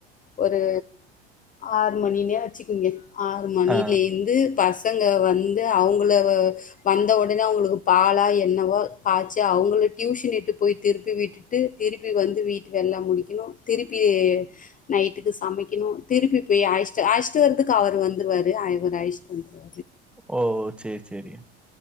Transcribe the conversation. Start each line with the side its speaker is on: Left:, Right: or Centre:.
Left: ஒரு ஆறு மணினே வச்சுக்கோங்க ஆறு மணில
Centre: ஆ
Left: இருந்து பாஸ் ங்க வந்து அவுங்கள வந்த உடனே அவங்களுக்கு பாலா என்னவோ காய்ச்சு அவுங்கள டியூஷன் இட்டு போய் திருப்பி விட்டுட்டு திருப்பி வந்து வீட்ல எல்லா முடிக்கணு திருப்பி நைட்டுக்கு சமைக்கணு திருப்பி போய் அயிச்ச அயிச்சட்டு வரதுக்கு அவர் வந்துருவாரு ஆயிச்சட்டு வந்துருவாரு
Centre: ஓ ஓ செர் செரி